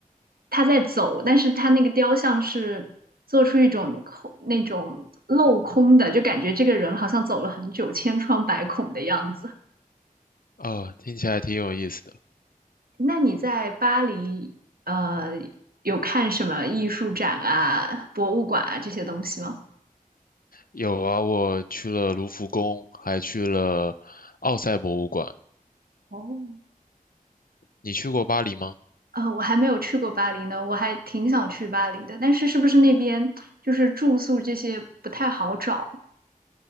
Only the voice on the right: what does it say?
他在走，但是他那个雕像是做出一种空那种镂空的，就感觉这个人好像走了很久，千疮百孔的样子。
那你在巴黎，呃，有看什么艺术展啊、博物馆啊这些东西吗？
哦，
呃，我还没有去过巴黎呢，我还挺想去巴黎的，但是是不是那边就是住宿这些不太好找？